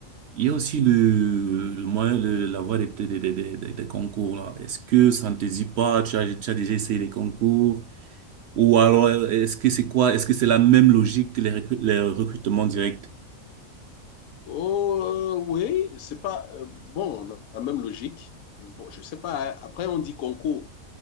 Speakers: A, on the right; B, on the left.
A: il y a aussi le, le moyen, le, la voie des, des, des, des, des- des concours, là. Est-ce que ça ne te dit pas, tu as, tu as déjà essayé les concours? Ou alors, est-ce que c'est quoi? Est-ce que c'est la même logique que les, recru- les recrutements directs?
B: Oh euh, oui, c'est pas euh, bon la même logique. Bon, je sais pas. hein. Après, on dit concours.